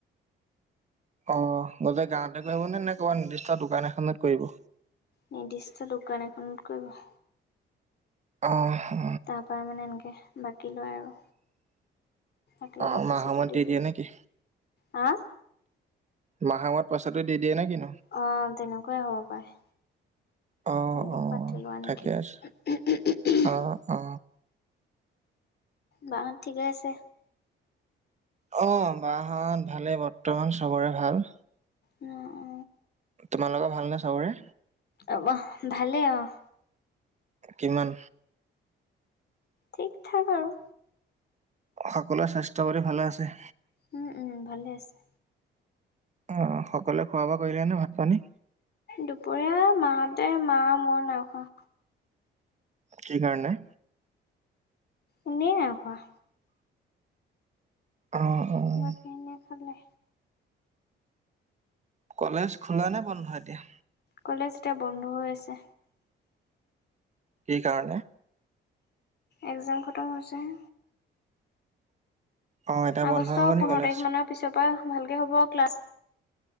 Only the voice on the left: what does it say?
নিৰ্দিষ্ট দোকান এখনত কৰিব।
তাৰ পৰা মানে এনেকে বাকী লয় আৰু। একেলগতে
পইচাটো
দি দিয়ে।
হা?
অ, তেনেকুৱাই হ'ব পাৰে।
তাহাঁত
পাতি লোৱা নেকি?
বাহঁত ঠিকে আছে?
উম অ।
আমা ভালেই অহ।
ঠিক ঠাক আৰু।
উম উম ভালে আছে
দুপৰীয়া মাহতে মা মই নাখোৱা
এনেই <unintelligible>
বাকেনে খালে।
কলেজ এতিয়া বন্ধ হৈ আছে।
একজাম খটম হৈছেহে।
আগষ্টৰ
পোন্ধৰ
তাৰিখ মানৰ পিছৰ পৰা ভালকে হ'ব আৰু ক্লাছ।